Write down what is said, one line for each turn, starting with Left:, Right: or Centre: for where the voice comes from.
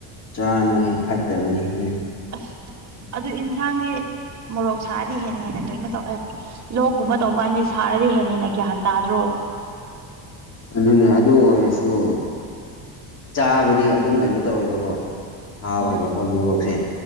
Left: ꯆꯥꯅꯨ ꯍꯦ ꯐꯠꯇꯕꯅꯤ ꯍꯦ
Right: ꯑꯁ ꯑꯗꯨ ꯑꯦꯟꯁꯥꯡꯗꯤ ꯃꯣꯔꯣꯛ ꯁꯥꯔꯗꯤ ꯍꯦꯟꯅ ꯍꯦꯟꯅ ꯀꯩꯅꯣ ꯇꯧꯑꯦ ꯂꯣꯛꯒꯨꯝꯕ ꯇꯧꯕ ꯀꯥꯟꯗꯤ ꯁꯥꯔꯗꯤ ꯍꯦꯟꯅ ꯍꯦꯟꯅ ꯒ꯭ꯌꯥꯟ ꯇꯥꯗ꯭ꯔꯣ
Left: ꯑꯗꯨꯅꯦ ꯑꯗꯨ ꯑꯣꯏꯔꯁꯨ ꯆꯥꯕꯗꯤ ꯑꯗꯨꯝ ꯀꯩꯅꯣ ꯇꯧꯋꯦꯕꯀꯣ ꯍꯥꯎꯋꯦꯕꯀꯣ
Right: ꯍꯣꯏ
Left: ꯃꯣꯔꯣꯛꯁꯦ